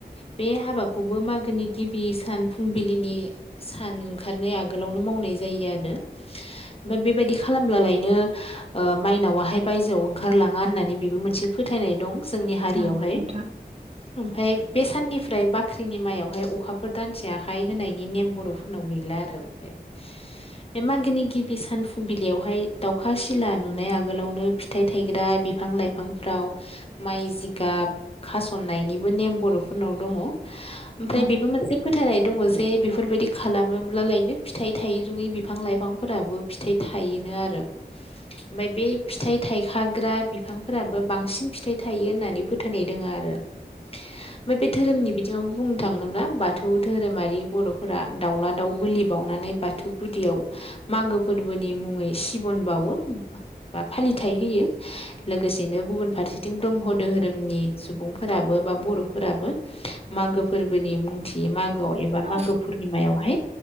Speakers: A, on the left; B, on the right.
A: बे हाबाखौबो मागोनि गिबि सान फुंबिलिनि सान ओंखारनाय आगोलावनो मावनाय जायो आरो ओमफ्राय बेबायदि खालामब्लालायनो ओ माइनावाहाय बायजोआव ओंखारलाङा होननानै बेबो मोनसे फोथायनाय दं जोंनि हारियावहाय।
B: औ नोंथां
A: ओमफ्राय बे साननिफ्राय बाख्रिनि माइायावहाय अखाफोर दानसे आखाइ होनायनि नेम बर'फोरनाव गैला आरो बेे। बे मागोनि गिबि सान फुंबिलियावहाय दाउखा सिला नुनाय आगोलावनो फिथाइ थायग्रा बिफां लाइफांफ्राव माइ जिगाब खासननायनिबो नेम बर' फोरनाव दंङ। ओमफ्राय
B: औ
A: बेबो मोनसे फोथायनाय दङ जे बेफोरबायदि खालामोब्ला लायनो फिथाइ थायरोङै बिफां लाइफांफोराबो फिथाइ थायो नो आरो। ओमफ्राय बे फिथाइ थाइखाग्रा बिफांफोराबो बांसिन फिथाइ थायो होननानै फोथायनाय दङ आरो। ओमफ्राय बे धोरोमनि बिथिङावबो बुं नो थाङोब्ला बाथौ धोरोमारि बर'फोरा दाउला दाउ बोलि बाउनानै बाथौ गुदियाव मागो फोरबोनि मुङै सिबन बाउवो बा फालिथाय होयो लोगोसेनो गुबुन फारसेथिं ब्रह्म दोहोरोमनि सुबुंफोराबो बा बर'फोराबो मागो फोरबोनि मुंथि मागोआव एबा
B: औ
A: मागो पुर्निमायावहाय